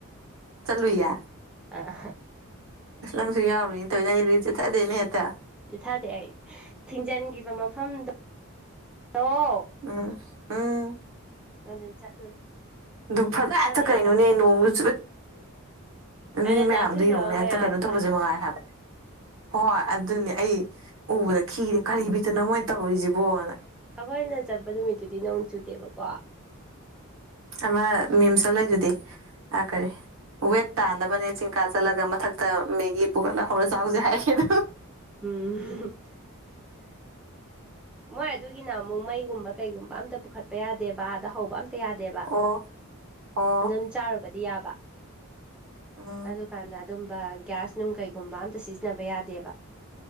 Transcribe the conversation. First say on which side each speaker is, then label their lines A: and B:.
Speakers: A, on the right; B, in the centre.
A: ꯆꯠꯂꯨꯌꯦ
B: ꯑꯥ
A: ꯑꯁ ꯅꯪꯁꯨ ꯌꯥꯎꯔꯨꯏꯅꯦ ꯇꯧꯅꯗꯤ ꯆꯠꯊꯗꯦꯅꯦ ꯍꯦꯛꯇ
B: ꯠ ꯊꯥꯗꯦ ꯑꯩ ꯊꯤꯡꯖꯤꯟꯈꯤꯕ ꯃꯐꯝꯗꯣꯣ
A: ꯑ ꯑꯥ
B: ꯑꯗꯨ ꯆꯠꯂꯨꯔꯦ
A: ꯗꯨ ꯐ ꯑꯦꯠꯇ
B: ꯆꯠꯂꯨꯏ
A: ꯀꯥꯏꯅꯅꯦ
B: ꯑꯩꯈꯣꯏ ꯄꯨꯂꯞ
A: ꯅꯣꯡ ꯄꯨ ꯃꯤ
B: ꯑꯩꯅ
A: ꯃꯌꯥꯝꯗꯨꯣ
B: ꯅꯥꯟꯊꯨꯅꯕ
A: ꯌꯦꯡꯅꯦ ꯍꯦꯛꯇ
B: ꯃꯌꯥꯝꯗꯣ
A: ꯀꯩꯅꯣ ꯇꯧꯕꯁꯦ ꯃꯉꯥꯏꯔ ꯍꯥꯏꯕ ꯍꯣꯏ ꯑꯗꯨꯅꯦ ꯑꯩ ꯎꯕꯗ ꯈꯤꯗꯦ ꯀꯔꯤ ꯄꯤꯠꯇꯅ ꯃꯣꯏꯅ ꯇꯧꯔꯤꯁꯤꯕꯣꯅ
B: ꯑꯩꯈꯣꯏꯅ ꯆꯠꯄ ꯅꯨꯃꯤꯠꯇꯨꯗꯤ ꯅꯣꯡ ꯆꯨꯗꯦꯕꯀꯣ
A: ꯑꯃ ꯃꯤꯝꯁ ꯑꯃ ꯂꯩꯗꯨꯗꯤ ꯑꯥ ꯀꯔꯤ ꯋꯦꯠ ꯇꯥꯅꯕꯅꯦ ꯆꯤꯡꯀꯥ ꯆꯠꯂꯒ ꯃꯊꯛꯇ ꯃꯦꯒꯤ ꯄꯨꯈꯠꯂ ꯍꯧꯔ ꯆꯥꯎꯁꯦ ꯍꯥꯏꯒꯦꯗ
B: ꯎꯝ ꯃꯣꯏ ꯑꯗꯨꯒꯤꯅ ꯑꯃꯨꯛ ꯃꯩꯒꯨꯝꯕ ꯀꯩꯒꯨꯝꯕ ꯑꯝꯇ ꯄꯨꯈꯠꯄ ꯌꯥꯗꯦꯕꯕꯥ ꯑꯗꯥ ꯍꯧꯕ ꯑꯝ ꯌꯥꯗꯦꯕ
A: ꯑꯣ ꯑꯣ
B: ꯑꯗꯨꯝ ꯆꯥꯔꯨꯕꯗꯤ ꯌꯥꯕ
A: ꯎꯝ
B: ꯑꯗꯨꯀꯥꯟꯗ ꯑꯗꯨꯝꯕ ꯒ꯭ꯌꯥꯁ ꯅꯨꯡ ꯀꯩꯒꯨꯝꯕ ꯑꯝꯇ ꯁꯤꯖꯤꯟꯅꯕ ꯌꯥꯗꯦꯕ